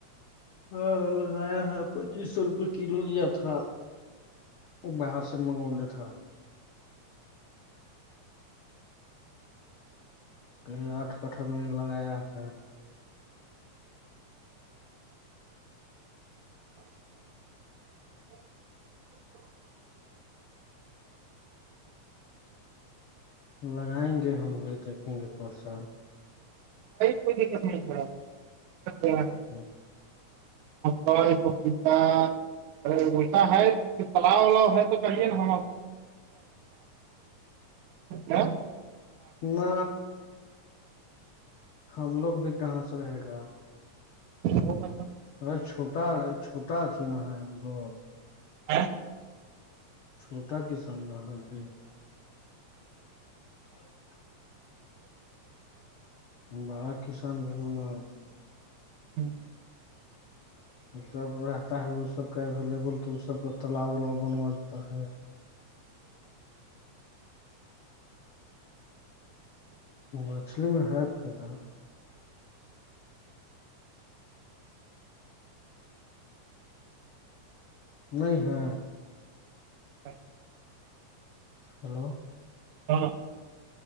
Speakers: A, on the left (about 70°); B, on the right (about 85°).
A: ہاں لگایا ہے پچیس سو روپئے کلو لیا تھا وہ باہر سے منگاو لیے تھا کہ آٹھ کٹھا میں لگایا ہے
B: <unintelligible>
A: لگائیں گے ہم وہیں دیکھیں گے پرساد
B: کوئی دقت نہیں
A: ہ
B: نپال ککتاہ وہشا ہے تلاؤ ولاؤ ہے تو کہیے نا ہم اد
A: نہ ہم لوگ بھی کہاں سے رہے گا
B: وہ متا
A: ا چھوٹا چھوٹاچھی نا ہم لوگ
B: ہ
A: چھوٹا کسان نہ ہے جی اچھا
B: <unintelligible>
A: بارا کسان ملنا
B: ہوں
A: وہ سب رہتا ہے وہ سب کا اویلیبل تو اس سب کا تالاب الاؤ بنوا دیتا ہے
B: ہچ
A: مچھلی میں ہے فائدہ نہیں ہےاں
B: ا
A: ہلو
B: ہاں